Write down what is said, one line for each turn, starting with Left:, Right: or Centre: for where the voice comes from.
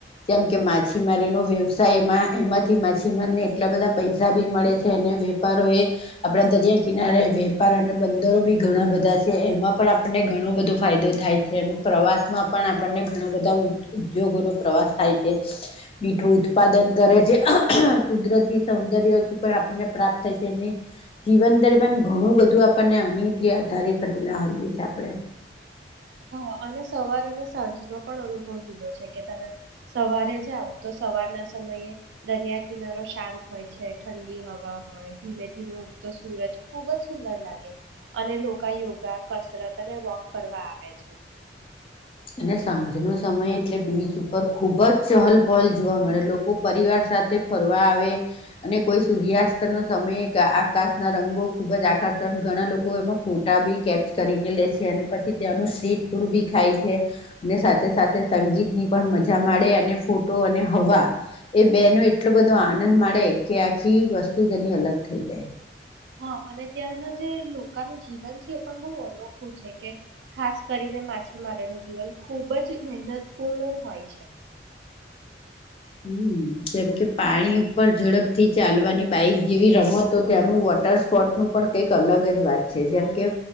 Left: જેમ કે માછીમારીનો વ્યવસાય એમાં એમાંથી માછીમારીને એટલા બધા પૈસા ભી મળે છે અને વેપારો એ આપડા દરિયા કિનારે એ વેપાર અને બંદરો બી ઘણા બધા છે. એમાં પણ આપણને ઘણો બધો ફાયદો થાય છે અને પ્રવાસ માં પણ આપણને ઘણા બધા ઉદ્યોગોનો પ્રવાસ થાય છે મીઠું ઉત્પાદન કરે છે કુદરતી સૌંદર્યથી પણ આપણને પ્રાપ્ત થાય છે અને જીવન દરમિયાન ઘણું બધું આપણને હનથી આધારિત. રેલા હોઈએ છેએ આપડે
Right: હ અને સવાર અને સાંજ ન પણ અનુભવ જુદો છે કે તમે સવારે જાવ તો સવારના સમયે દનિયા કિનારો શાંત હોય છે ઠંડી હવા હોય ધીમે ધીમે ઉગતો સૂરજ ખુબ જ સુંદર લાગે અને લોકો યોગા કસરત અને વોક કરવા આવે છે. અચ્છા.
Left: અને સાંજ નો સમય એટલે બીચ ઉપર ખુબ જ ચહલ પહલ જોવા મળે લોકો પરિવાર સાથે ફરવા આવે અને કોઈ સૂર્યાસ્ત નો સમય આકાશ ના રંગો ખુબ જ આકર્ષણ ઘણા લોકો એમાં ફોટા બી કેપચ કરીને લેશે અને પછી ત્યાંનું સી ડું બી ખાય છે અને સાથે સાથે સંગીત ની પણ મજા માને અને ફોટો અને હવા એ બેનો એટલો બધો આનંદ મળે કે આખી વસ્તુ જેની અલગ થઈ જાય.
Right: હા અને ત્યાંના જે લોકા નું જીવન છે એ પણ બહુ અનોખું છે કે ખાસ કરીને માછીમારોનું જીવન ખૂબ જ મહેનતપૂર્ણ હોય છે.
Left: હમ જેમ કે પાણી ઉપર ઝડપથી ચાલવાની બાઈક જેવી રમતો ત્યાંનું વોટર સ્પોર્ટ નું પણ કઈક અલગ જ વાત છે જેમ કે